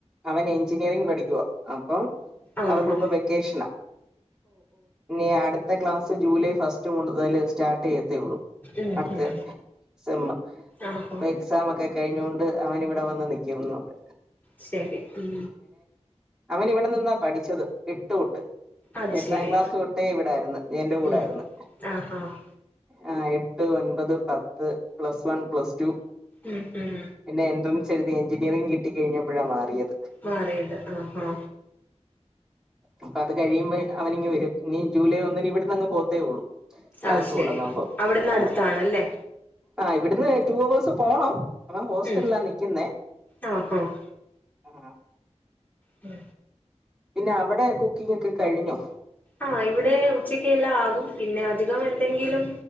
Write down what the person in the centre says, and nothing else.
അവൻ എഞ്ചിനീയറിംഗ് പഠിക്കവാ അപ്പൊ
ഇപ്പൊ വെക്കേഷന ഇനി അടുത്ത ക്ലാസ് ജൂലൈ ഫസ്റ്റ് കൂടുതൽ സ്റ്റാർട്ട് ചെയ്ന്നു
അടുത്ത
സെമ്മു
അപ്പൊ
എക്സാം ഓക്ക് കഴിഞ്ഞോൊണ്ട് അവൻ ഇവിടെ വന്ന് നിൽക്കുന്നുൊണ്ട്
അവൻ ഇവിടെ നിന്നാ പഠിച്ചത് ഇട്ടൊട്ട്
എട്ടാം
ക്ലാസ്സ് തൊട്ടേ ഇവിടായിരുന്നു എറെ കൂടായിരുന്നു
ആ എട്ട് ഒൻപത് പത്ത് പ്ലസ് വൺ പ്ലസ് ടു
പിന്നെ എൻട്രൻസ് ത് എഞ്ചിനിയറി കിട്ടിഴിഞ്ഞപ്പോഴാറിയത്
അപ്പൊ അത് കഴിയുമ്പോ അവനിങ്ങി വരും ഇനി ജൂലൈ ഒന്നിന് ഇവിടുന്ന് അങ്ങ് പോത്തേ ഉള്ളൂ ക്ലാസ്സ്
തുടങ്ങ്പോ
ആ
ആ് ഇവിടുന്ന് ടു അവേഴസ് പോണം അവ ഹോസ്റ്റലിലാ
നിക്കുന്നേ
ആ
പിന്നെ അവിടെ കുക്കിംഗ ഒക്കെ കഴിഞ്ഞു